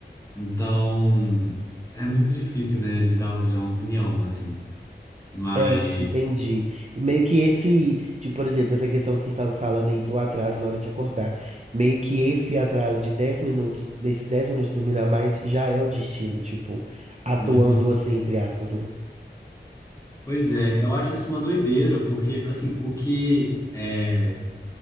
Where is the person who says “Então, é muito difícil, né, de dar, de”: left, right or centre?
Left